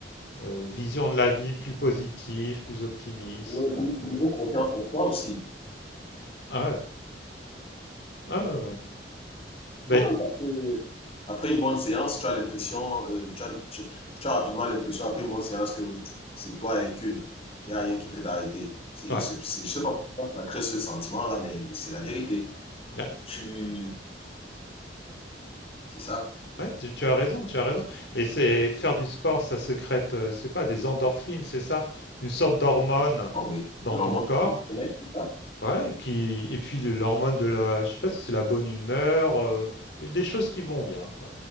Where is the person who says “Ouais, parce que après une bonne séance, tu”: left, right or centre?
Left